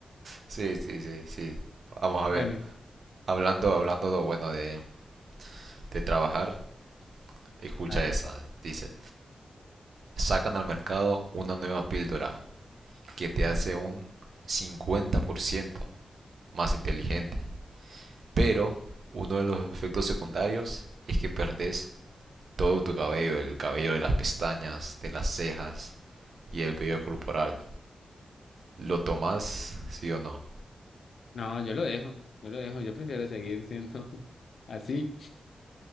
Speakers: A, on the right; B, on the left.
A: sí, sí, sí, sí. Vamos a ver,
B: Bueno,
A: hablando, hablando, bueno, de, de trabajar, escucha
B: a ver.
A: esa, dice, sacan al mercado una nueva píldora que te hace un 50% más inteligente, pero uno de los efectos secundarios es que perdés todo tu cabello, el cabello de las pestañas, de las cejas y el vello corporal. ¿Lo tomás, sí o no?
B: No, yo lo dejo, yo lo dejo. Yo prefiero seguir siendo <laughs> así,